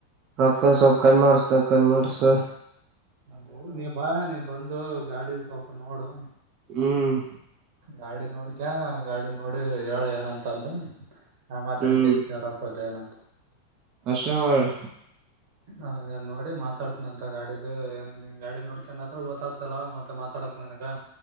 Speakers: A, on the right (about 40°); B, on the right (about 55°).
A: ರಕ್ಕ ಸ್ವಲ್ಪ ಕಣಾಡಸ್ತನ ಕಣಾಡ್ಸ
B: ಹಓ ನೀ ಬಾ ನೀ ಬಂದು ಗಾಡಿ ಸ್ವಲ್ಪ ನೋಡು
A: ಹ್ಮ್
B: ಗಾಡಿ ನೋಡಿಕ ಗಾಡಿ ನೋಡಿ ಹೇಳ ಏನಂತ ಅಂದ ಹಾ ಮಾತಾಡ್ಕ
A: ಹ್ಮ್
B: ರಾಕೋದೇನ
A: ಇಷ್ಟವಡ
B: ಹ ನೋಡಿ ಮಾತಾಡ್ತನ ಅಂತ ಗಾಡಿದು ಏನ ಗಾಡಿ ನೋಡ್ಕೊಂಡಾದ್ರೂ ಗೊತ್ತಾಗತಲ್ಲ ಮತ್ತೆ ಮಾತಾಡ್ ಪಕ್ ನನಕ್ಕಾ